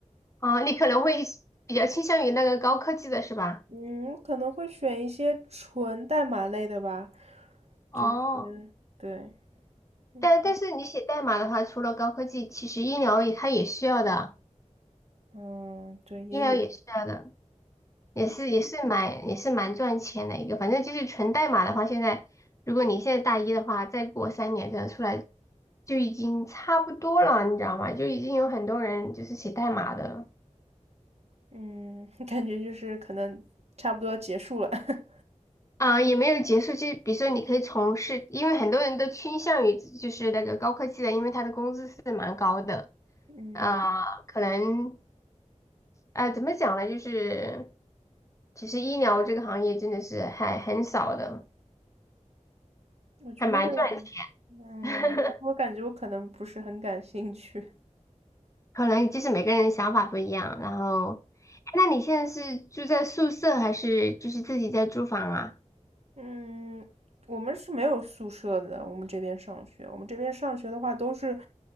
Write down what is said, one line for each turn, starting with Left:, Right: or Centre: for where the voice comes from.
Left: 哦，你可能会比较倾向于那个高科技的是吧？
Right: 嗯，我可能会选一些纯代码类的吧，
Left: 哦，
Right: 就是对，嗯
Left: 但但是你写代码的话，除了高科技，其实医疗也它也需要的。
Right: 嗯，对，也有，
Left: 医疗也是这样的，也是也是蛮也是蛮赚钱的一个，
Right: 嗯
Left: 反正就是纯代码的话，现在如果你现在大一的话，再过三年这样出来就已经差不多了，你知道吗？就已经有很多人就是写代码的了
Right: 嗯，<laughs> 感觉就是可能差不多结束了，<laughs>
Left: 啊、也没有结束。就比如说你可以从事，因为很多人都倾向于就是那个高科技的，因为他的工资是蛮高的
Right: 嗯，
Left: 啊、可能啊、怎么讲呢？就是其实医疗这个行业真的是还很少的，
Right: 我觉得，
Left: 还蛮赚钱。
Right: 嗯，
Left: <laughs>
Right: 但是我感觉我可能不是很感兴趣。
Left: 可能就是每个人想法不一样。然后，哎那你现在是住在宿舍还是就是自己在租房啊？
Right: 嗯，我们是没有宿舍的，我们这边上学，我们这边上学的话都是